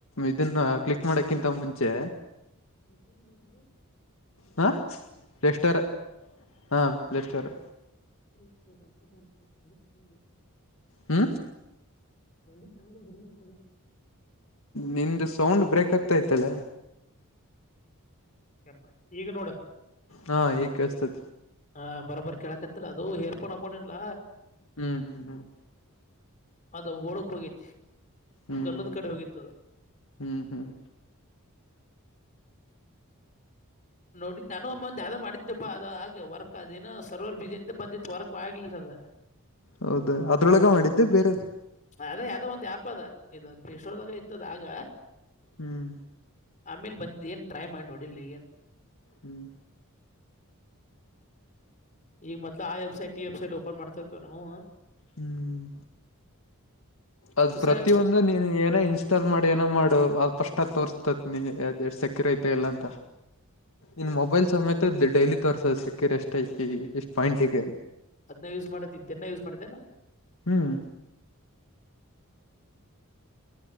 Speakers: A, on the left; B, on the left.
A: ಇದನ್ನ ಕ್ಲಿಕ್ ಮಾಡಕ್ಕಿಂತ ಮುಂಚೆ
B: ಕಸನ್ ಮ ಚದೆ
A: ಹಾಂ ಪ್ಲೇಸ್ರ್ ಹಾಂ ಪ್ಲೇಸ್ರ್
B: ಎ ರೀ ಬ ಬತರಿ
A: ಹ್ಮ
B: ಬಂದ ತನಗ ಅದ ರೀಲ್ಸ್ ನೋಡ
A: ನಿಮ್ದು ಸೌಂಡ್ ಬ್ರೇಕ್ ಆಗ್ತಾ ಇತ್ತಲ್ಲ
B: ಗಂಪ ಈಗ ನೋಡ
A: ಹಾ ಈಸತ
B: ಹ ಬರೋಬರ್ ಕೆೇಳಕತ್ತಲ್ಲ ಅದು ಏರ್ಪೊಂಡ ಹಕೊಂಡಿಲ್ಲ
A: ಹ್ಮ್ ಹ್ಮ್ ಹ್ಮ್
B: ಅದ ಓಡಕ್ ಹೋಗೈತಿ
A: ಹ್ಮ್
B: ಗಲ್ಲದ ಕಡೆ ಹೋಗಿದೆ
A: ಹ್ಮ್ ಹ್ಮ್ ಹ್ಮ್
B: ನೋಡಿದ್ದ ನಾನುಮ್ಮಂದ ಅ ಮಾಡಿದಪ್ಪಾ ಅ ಹಾಗೆ ವರ್ಕ್ ಅದೇಏನ ಸರ್ವರ್ ಬಿಸಿಿ ಅಂತ ಬಂದಿತ್ತು ವರ್ಕ್ ಆಗ್ಲಿಲ್ಲ ಅದ
A: ಹೌದ ಅದ್ರೊಳಗ ಮಾಡಿದ್ದೆ ಬೇರೆದು
B: ಅದೇ ಅದೋ ಒಂದ್ ಯ್ಯಾಪ್ ಅದ ಇದು ಪಶೋರ್ದಾಗ ಇತ್ತದ ಆಗ
A: ಹ್ಮ್
B: ಆಮೇಲೆ ಬಂದ್ ಏನ್ ಟ್ರೈ ಮಾಡಿ ನೋಡಿಲ್ಲಿಲ್ಲ ಏನ್
A: ಹ್ಮ್
B: ಈಗ ಮದ್ ಆ ವಬ್ಸೈಟ್ ಈ ವೆಬ್ಸೈಟ್ ಓಪನ್ ಮಾಡ್ತಾ ಇತ್ತುವ ನಾವು
A: ಹ್ಮ್್ಮ ಅದ್
B: ಸಾಹೇಬ್
A: ಪ್ರತಿಿಯೊಂದು
B: ಸ
A: ನೀನು ಏನೋ ಇನ್ಸ್ಟಾಲ್ ಮಾಡಿ ಏನೋ ಮಾಡು ಕಷ್ಟ ತೋರ್ಸ್ತತಿ ನೀ ಅ ಸೆಕ್ಯೂರ್ ಐತೆ ಇಲ್ಲ ಅಂತ ಇನ್ ಮೊಬೈಲ್ ಸಮೇತ ಮ ಡೈಲಿ ತೋರ್ಸೋಕ್ಕ ರೆಸ್ಟ್ ಐಕಿ ಎಷ್ಟ್ ಪಾಯಿಂಟ್ಿಗೆ
B: ಅದ್ ಯೂಸ್ ಮಾಡತ ಇದ್ದೆನ ಯೂಸ್ ಮಾಡತೇನೆ
A: ಹ್ಮ್